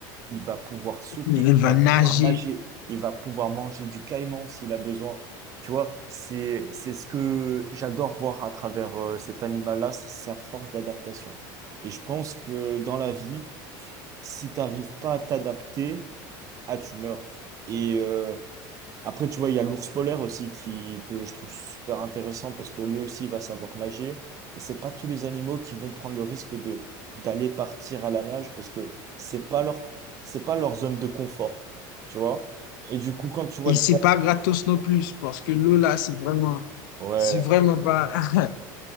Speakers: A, on the right; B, on the left.
A: il va pouvoir sauter,
B: Il
A: il
B: va
A: va pouvoir
B: nager.
A: nager, il va pouvoir manger du caïman s'il a besoin. Tu vois, c'est, c'est ce que j'adore voir à travers euh, cet animal-là, c'est sa force d'adaptation. Et je pense que dans la vie, si tu n'arrives pas à t'adapter, ah, tu meurs. Et, euh, après, tu vois, il y a l'ours polaire aussi qui, que je trouve super intéressant parce que lui aussi va savoir nager. Et c'est pas tous les animaux qui vont prendre le risque de d'aller partir à la nage parce que c'est pas leur c'est pas leur zone de confort, tu vois. Et du coup, quand tu vois
B: Et
A: le-
B: c'est pas gratos non plus, parce que l'eau là, c'est vraiment,
A: ouais,
B: c'est vraiment pas, <laughs>